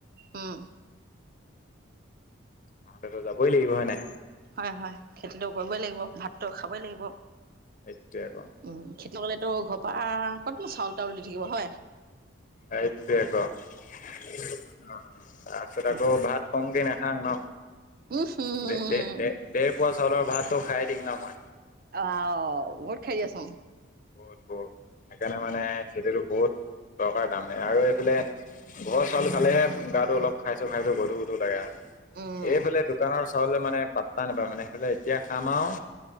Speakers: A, on the right; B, on the left.
A: উম
B: নহ'লেতো যাবই লাগিব হয় নাই।
A: হয় হয় খেতিটো কৰিবই লাগিব ভাতটো খাবই লাগিব
B: সেইটোৱে আকৌ
A: উম খেতি কৰিলে তো ঘ পা কতনো চাউল তাউল দি থাকিব হয়।
B: এইটোৱে ক অ তাছত
A: উম
B: আকৌ ভাত কম কমকে নেখাং ন
A: উম
B: দে
A: উম
B: দে দে পোৱা চাউলৰ ভাতটো খাই দিম ন মই
A: অৱা ওঁ বহুত খাইদি আচোন
B: বহুত বহুত সেইকাৰণে মানে খেতিতো বহুত দৰকাৰ দাম আৰু এইফালে ঘৰ চাউল খালেহে গাতো অলপ খাইছো খাইছো গধু গধু লাগে। আ
A: উম
B: এইফালে দোকানৰ চাউলে মানে পাত্তা নাপায়। মানে সেইফালে এতিয়া খাম আৰু।